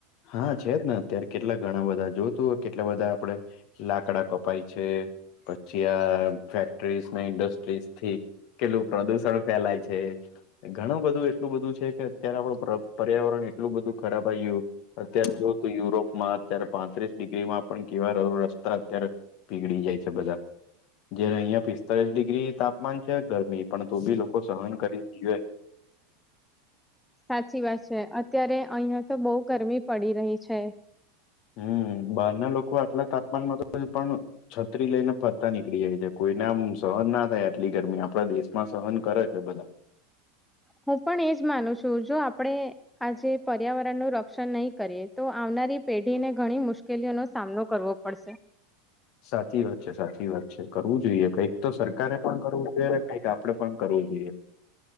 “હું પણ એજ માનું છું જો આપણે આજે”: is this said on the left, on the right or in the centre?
Centre